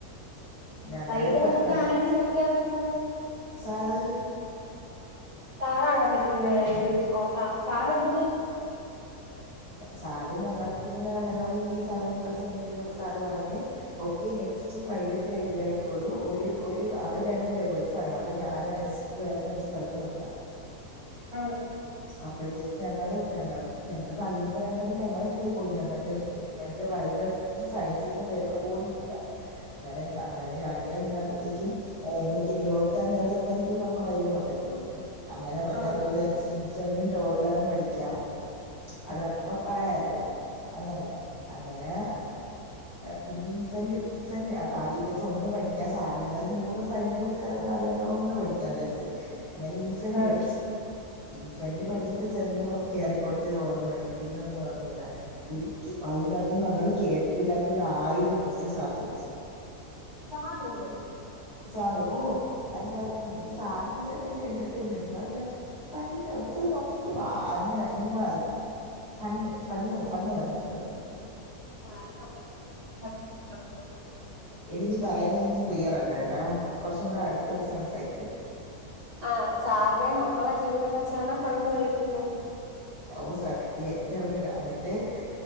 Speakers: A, on the left; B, on the right.
A: ഞങ്ങളിപ്പോ
B: വൈവ നിങ്ങക്ക്
A: നം-
B: ആരാണ് ചെയിക്കാൻ വരുന്നത്
A: സാറ്
B: സാറാണാ <unintelligible> ഓ സാറെന്ത് ചെയ്യുന്നു
A: സാറ് ഞങ്ങളടുത്ത് ഇങ്ങനെ ഞങ്ങള് ഈ സാധനം പ്രസന്റ് ചെയ്ത് കഴിഞ്ഞപ്പ സാറ് പറഞ്ഞ്- ഓക്കെ നെക്സ്റ്റ് വൈവക്ക് റെഡി ആയിക്കോളൂ ഒരു ഒരു ആള് രണ്ട് വൈവ വെച്ച് പറയണം അപ്പ ഞാനും അനുശ്രീയുവാരുന്നു ഒരു സ്ഥലത്ത് നിന്ന് -
B: ആ <unintelligible>
A: അപ്പഴ്‌ത്തേക്ക് ഞങ്ങള് ഞങ്ങക്ക്- ഞങ്ങള് വൈവ പറയാൻ പറഞ്ഞ് ഞങ്ങളെ കിളി പോയി ഞങ്ങടെ കൈയില് എന്റെകൈയിലാണെങ്കിൽ വൈവ- സയിൻ ചെയ്യുന്ന പേപ്പർ പോലും ഇല്ല അങ്ങനെ അങ്ങനെ ഞാനിങ്ങനെ നിന്നപ്പ- ക്കും മറ്റേ ഗ്രോത്ത് ആന്റ് ഡെവലപ്മെന്റും നമുക്ക് വൈവുണ്ടല്ലോ അങ്ങനെ
B: ആഹ്
A: ഞങ്ങള് വിചാരിച്ച് ഇൻഫന്റും ടോൾലറും പഠിക്കാം അതാവുമ്പ പറയാല്ലോ അങ്ങനെ അങ്ങനെ - പിന്നെ ഇൻഫന്റയും ഇൻഫെന്റ് ആദ്യം വിചാരിച് ഒന്ന് പഠിക്കാ സാറ് എന്തായാലും നൂറ് ഫയൽ നോട്ട് തരുമന്നറിയാവുന്ന ഒന്ന് പഠിക്കാന്ന് വിചാരിച്ച് അങ്ങനെ ഇൻഫന്റ്
B: ആഹ്
A: പഠിച്ചു ഇൻഫന്റ് പഠിച്ചിട്ട് ചെന്ന് കേറിക്കൊട്- ഓർമ്മയൊള്ളു പിന്നെ ഒന്നും ഓർമ്മയില്ല ഒരു അതിന്റെയാത്ത് നമ്മൾ കേട്ടിട്ടില്ലാത്ത ഒരു ആയിരം ക്വസ്റ്റയൻ സാറ് ചോയിച്ചു
B: <unintelligible>
A: സാർ ഓ അതിന്റെകത്ത് സാറിങ്ങനെ ഭയങ്കര എന്റർടൈമെന്റ് സാറിങ്ങനെ- ഫൈൻഡ് ഔട്ട് പോയി നോക്കിട്ട് വാ അങ്ങനെ ഇമ്മാതിരി - ഫണ്ണ് ഫണ്ണ് ഫണ്ണ് കാണിക്കുന്നതന്ന്
B: <unintelligible> നമ്മളെ
A: എടി നീ പറയുന്നത് എനിക്ക് ക്ലിയറല്ല കൊറച്ചും കൂടെ അടുത്ത് വെച്ച് സംസാരിക്കുവോ
B: ആ സാറിനെ നമ്മളെ ജീവിതം വെച്ചാണ് ഫണ്ണ് വിളിക്കുന്നത്
A: ഓഹ് സത്യം എനിക്ക് അറിഞ്ഞൂടാ എന്നിട്ട്-